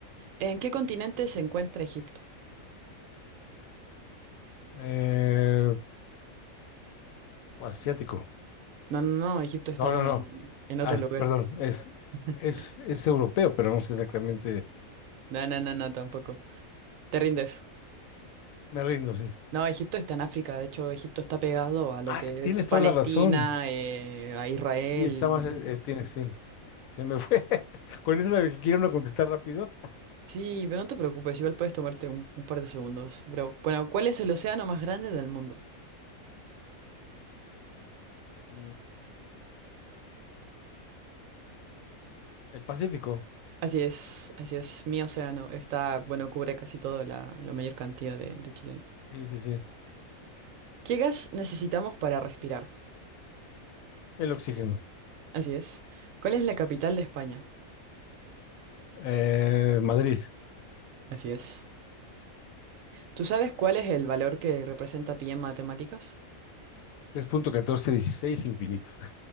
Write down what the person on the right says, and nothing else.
¿En qué continente se encuentra Egipto?
No, no, no, Egipto está
en, en otro
lugar.
<laughs>
No, no, no, no, tampoco. Te rindes.
No, Egipto está en África. De hecho, Egipto está pegado a lo
que
es Palestina,
eh, a Israel.
Sí,
sí, sí.
Sí,
sí, pero no te preocupes, igual puedes tomarte un, un par de segundos. Pero, bueno, ¿cuál es
el océano más grande del mundo?
Así es, así es, mi océano. Está, bueno, cubre casi toda la, la mayor cantidad de, de chilenos.
¿Qué gas necesitamos para respirar?
Así es. ¿Cuál es la capital de España?
Así es. ¿Tú sabes cuál es el valor que representa pi en matemáticas?